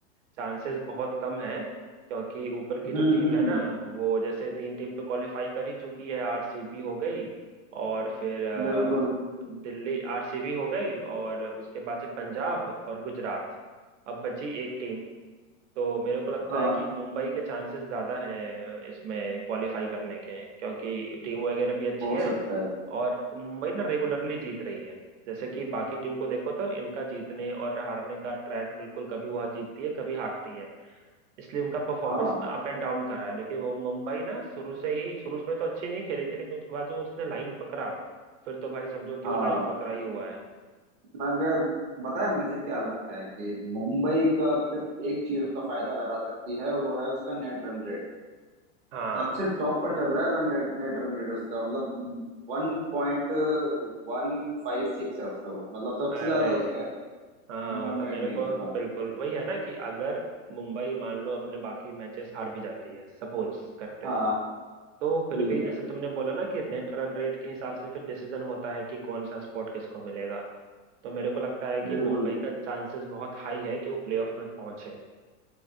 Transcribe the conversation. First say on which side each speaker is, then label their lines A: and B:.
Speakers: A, on the right; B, on the right.
A: चांसेस बहुत कम है क्योंकि ऊपर की
B: हम्म
A: जो टीम
B: हम्म
A: है ना वो जैसे तीन टीम तो क्वालिफाई कर ही चुकी है आरसीबी हो गई और फिर अ,
B: बिल्कुल
A: दिल्ली आरसीबी हो गई और उसके बाद से पंजाब और गुजरात अब बची एक टीम तो मेरे को लगता
B: हाँ
A: है कि मुंबई के चांसेस ज्यादा हैं इसमें क्वालिफाई करने के क्योंकि टीम वगैरह भी अच्छी
B: हो
A: है
B: सकता है
A: और मुंबई ना रेगुलरली जीत रही है जैसे कि बाकी टीम को देखो तो इनका जीतने और हारने का ट्रैक बिल्कुल कभी वह जीतती है कभी हारती है इसलिए उनका परफॉर्मेंस
B: हाँ
A: ना अप एंड डाउन करा है लेकिन वो मुंबई ना शुरू से ही शुरू में तो अच्छी नहीं खेली थी लेकिन उसके बाद जो उसने लाइन पकड़ा फिर तो भाई समझो कि
B: हाँ
A: वो लाइन पकड़ा ही हुआ है
B: मगर पता है मुझे क्या लगता है कि मुंबई का सिर्फ एक चीज उसका फायदा करा सकती है वो है उसका नेट रन रेट
A: हाँ
B: सबसे टॉप पर चल रहा है रन नेट, नेट रन रेट उसका मतलब वन पॉइंट वन फाइव सिक्स है उसका मतलब सबसे
A: अरे
B: ज्यादा उसका है
A: हाँ
B: मुंबई
A: मतलब मेरे
B: इंडियंस
A: को
B: का
A: बिल्कुल वही है ना कि अगर मुंबई मान लो अपने बाकी मैचेस हार भी जाती है सपोज करते
B: हाँ
A: हैं तो
B: ठीक
A: फिर भी
B: है
A: जैसे तुमने बोला ना कि नेट रन रेट के हिसाब से फिर डिसीजन होता है कि कौन सा स्पॉट किसको मिलेगा तो मेरे को लगता है कि
B: बिल्कुल
A: मुंबई का चांसेस बहुत हाई है कि वो प्लेऑफ में पहुंचे